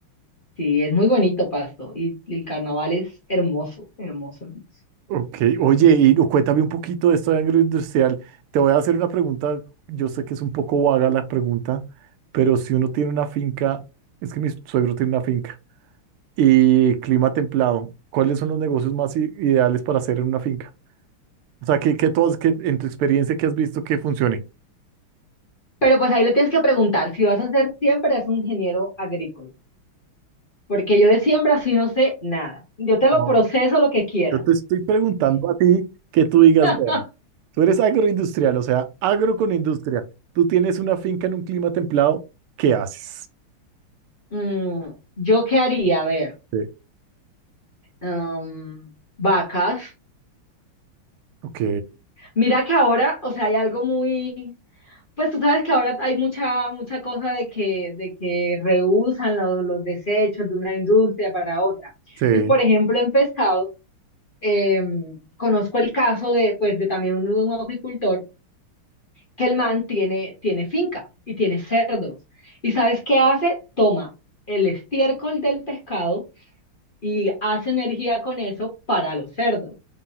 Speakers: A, on the left; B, on the right.
A: Sí, es muy bonito Pasto y, y el carnaval es hermoso, hermoso, hermoso.
B: Ok, oye, y no, cuéntame un poquito de esto de agroindustrial. Te voy a hacer una pregunta, yo sé que es un poco vaga la pregunta, pero si uno tiene una finca, es que mi suegro tiene una finca, y clima templado, ¿cuáles son los negocios más i- ideales para hacer en una finca? O sea, ¿qué, qué tú has- qué- en tu experiencia que has visto que funcione?
A: Pero pues ahí le tienes que preguntar, si vas a ser siempre es un ingeniero agrícola. porque yo de siembra sí no sé nada. Yo te lo
B: No,
A: proceso lo que quieras.
B: yo te estoy preguntando a ti que tú digas,
A: <laughs>
B: vea, tú eres agroindustrial, o sea, agro con industria, tú tienes una finca en un clima templado, ¿qué haces?
A: Mm, ¿yo qué haría? A ver,
B: Sí.
A: am, vacas.
B: Ok.
A: Mira que ahora, o sea, hay algo muy, pues tú sabes que ahora hay mucha, mucha cosa de que, de que reusan lo- los desechos de una industria para otra.
B: Sí.
A: Entonces, por ejemplo, en pescado, em, conozco el caso de, pues, de también un, un acuicultor que el man tiene, tiene finca y tiene cerdos. ¿Y sabes qué hace? Toma el estiércol del pescado y hace energía con eso para los cerdos.